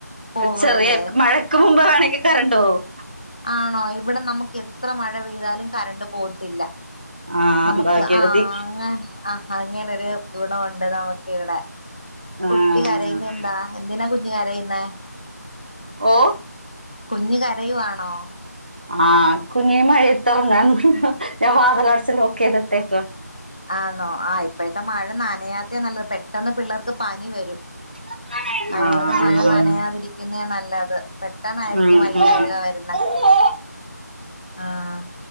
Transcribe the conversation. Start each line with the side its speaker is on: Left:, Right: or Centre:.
Left: പോകല്ലേ
Right: ചെറിയ മഴക് ക്ക് മുമ്പ് വേണമെങ്കിൽ കറണ്ട് പോവും
Left: ആണോ ഇവിടെ നമ്മുക്ക് എത്ര മഴ പെയ്താലും കറണ്ട് പോത്തില്ല
Right: ആഹ്
Left: നമ്മുക്ക്
Right: ഭാഗ്യവതി
Left: ആഹ് അങ്ങനെ ആഹ് അങ്ങനൊരു ഗുണമുണ്ട് നമ്മുക്ക് ഇവിടെ
Right: ആഹ്
Left: കുട്ടി കരയുന്ന എന്താ എന്തിനാ കുഞ്ഞ് കരയുന്നെ?
Right: ഓ
Left: കുഞ്ഞ് കരയുവാണോ?
Right: ആഹ് കുഞ്ഞിന് മഴയത്തിറങ്ങാൻ ഞാൻ വാതിലടച്ച് ലോക്ക് ചെയ്തിട്ടേക്കുവാ
Left: ആന്നോ ആഹ് ഇപ്പോഴത്തെ മഴ നനയാത്തെയാ നല്ലത് പെട്ടെന്ന് പിള്ളാർക്ക് പനി വരും
Right: <unintelligible>
Left: കഴിവതും
Right: ആഹ്
Left: മഴ നനയാതിരിക്കുന്നേ
Right: ആഹ്
Left: നല്ലത് പെട്ടെന്നായിരിക്കും
Right: ഉം
Left: വയ്യാഴിക
Right: ഉം
Left: വരുന്നേ
Right: <inaudible>
Left: ആഹ്